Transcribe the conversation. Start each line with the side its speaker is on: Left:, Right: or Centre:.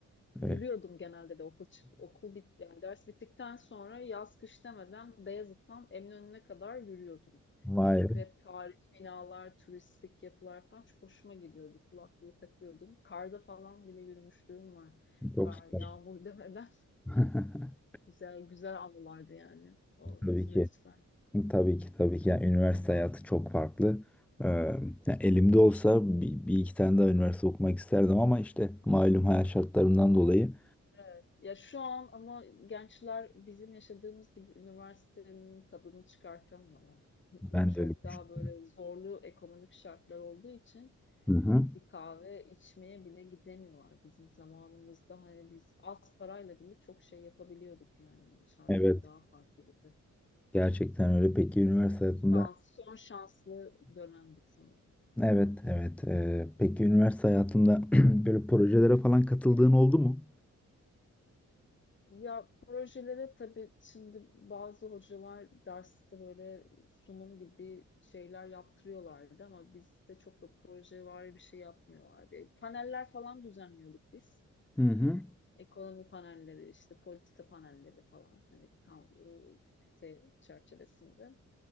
Left: Yürüyordum
Centre: E,
Left: genelde de okul çık okul bit yani ders bittikten sonra yaz kış demeden Beyazıt'tan Eminönü'ne kadar yürüyordum.
Centre: vay,
Left: Çünkü hep tarihi binalar, turistik yapılar falan çok hoşuma gidiyordu. Kulaklığı takıyordum. Karda falan bile yürümüşlüğüm var.
Centre: çok
Left: Kar,
Centre: süper.
Left: yağmur demeden
Centre: <laughs>
Left: <laughs> güzel güzel anılardı yani o
Centre: Tabii
Left: süreçler.
Centre: ki. Tabii ki tabii ki. Yani üniversite hayatı çok farklı. Ee, yani elimde olsa bir, bir iki tane daha üniversite okumak isterdim ama işte malum hayat şartlarından dolayı
Left: Evet. Ya şu an ama gençler bizim yaşadığımız gibi üniversitenin tadını çıkartamıyorlar.
Centre: ben
Left: Çok
Centre: de öyle
Left: daha
Centre: düşünüyorum.
Left: böyle zorlu ekonomik şartlar olduğu için
Centre: Hı hı.
Left: bir kahve içmeye bile gidemiyorlar bizim zamanımızda. Hani biz az parayla bile çok şey yapabiliyorduk yani şartlar
Centre: Evet,
Left: daha farklıydı.
Centre: gerçekten öyle. Peki üniversite hayatında
Left: Şans, son şanslı dönemdik sanırım.
Centre: evet evet. Ee, peki üniversite hayatında <clears throat> böyle projelere falan katıldığın oldu mu?
Left: Ya projelere tabii şimdi bazı hocalar derste böyle sunum gibi şeyler yaptırıyorlardı ama bizde çok da proje var bir şey yapmıyorlardı. E, Paneller falan düzenliyorduk biz.
Centre: Hı hı.
Left: Ekonomi panelleri, işte politika panelleri falan hani kam- e, fakülte çerçevesinde.